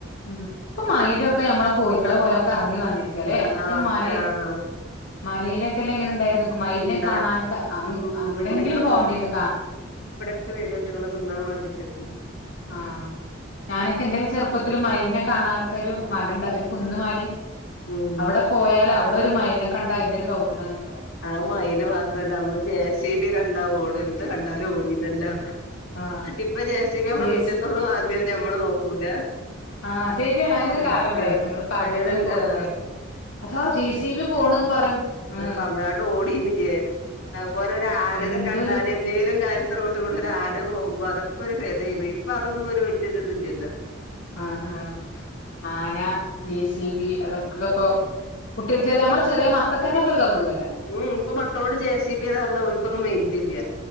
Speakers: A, on the left; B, on the left.
A: ഉം ഇപ്പൊ മയില് ഒക്കെ ഞമ്മള കോയികളെ പോലെ ഒക്കെ കറങ്ങി വന്നിരിക്കല്ലേ
B: ആഹ്
A: മറ്റെ
B: ഒക്കെ
A: മല
B: ആഹ്
A: മലയിലക്കെ അല്ലേ ഇങ്ങനെ ണ്ടായിരുന്നു നോക്കൂ മയിലിനെ
B: ഇണ്ട്
A: കാണാന് ഒക്കെ അങ്ങ്
B: ഉം
A: എവിടെ എങ്കിലും പോവണ്ടിന്ന് കാ
B: ക്ക് വരും അയ്ട്ടങ്ങൾ തിന്നാൻ വേണ്ടിട്ട് ഉം
A: ആഹ് ഞാന് ഒക്കെ എന്റെ ഒക്കെ ചെറുപ്പത്തില് മയിലിനെ കാണാന് ഒക്കെ ഒരു മലേണ്ട് ഒരു കുന്നുമാരി
B: ഉം
A: അവടെ പോയാല് അവിടെ ഒരു മയിലിനെ കണ്ട അയിന്റെ ഒരു കൗതുക ആണ് അത്ര
B: ആ മയില് മാത്ര അല്ല അമ്മള് ജെ സി ബി കണ്ടാ ഓടും എന്ത് കണ്ടാലും ഓടില്ലല്ലോ
A: ആ
B: ഇപ്പ ജെ സിബി അമ്മള
A: ജേഴ്സി
B: മിറ്റത്ത് വന്ന് മാന്തി ആയാലും ഞമ്മള് നോക്കൂല
A: ആഹ് ശരിയാണ് അങ്ങനെ ഒരു
B: ആഹ്
A: കാലം ഒണ്ടായിരുന്നു
B: ആഹ്
A: നിങ്ങള് പറഞ്ഞപ്പം
B: അങ്ങനെ
A: എനിക്ക്
B: ആഹ്
A: ഓർമവരിന്ന് അതാ ജെ സി ബി പോണന്ന് പറയും ആഹ്
B: പറഞ്ങ്ങാണ്ട് ഓടിന്നില്ലേ അതുപോലെ ഒരു ആനനെ
A: എന്തോ
B: കണ്ടാല്
A: ഒരു
B: എന്നേലും കാലത്ത് റോഡ് കൂടെ ഒര് ആന പോകുമ്പോ അത് ഒക്കെ ഒരു വേദ എയിരുന്നു ഇപ്പ അത് ഒന്നും ഒരു വെല്യ ഒരു ഇത് ഇല്ല അല്ലോ
A: ആഹ് ആഹ് ആന, ജെ സി
B: ഉം
A: ബി, അതൊ ക്ക് ഇപ്പൊ കുട്ടികൾ ചെറിയ നമ്മള് ചെറിയ മക്കക്ക് അന്നെ ഇപ്പൊ ഒരു കൗതുകം ഇല്ല
B: ഉം ഇപ്പൊ മക്കളോട് ജെ സി ബി എന്ന് പറഞ്ഞാ ഓൽക്ക് ഒന്നും മൈൻഡ് ഇല്ല